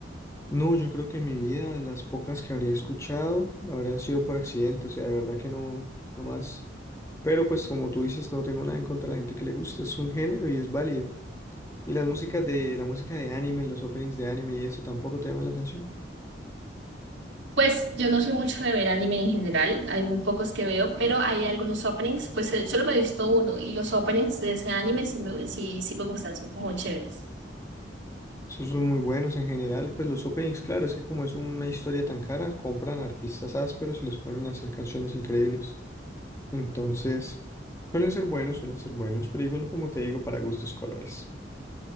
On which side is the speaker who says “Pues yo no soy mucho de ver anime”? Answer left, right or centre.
Right